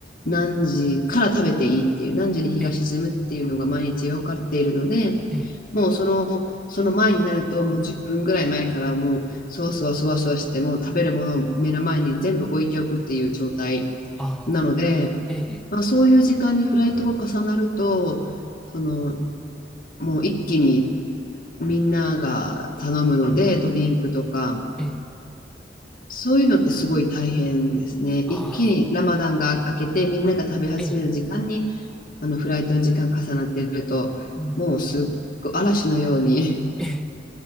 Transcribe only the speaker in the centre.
ええ、ええ、
ああ、
ええ、
ええ
ああ、
ええ、
うんうん、
ええ、